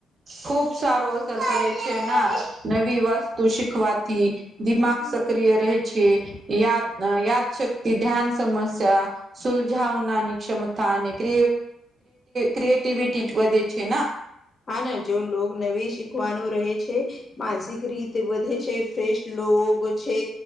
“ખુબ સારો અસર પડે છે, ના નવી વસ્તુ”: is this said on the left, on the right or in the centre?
Right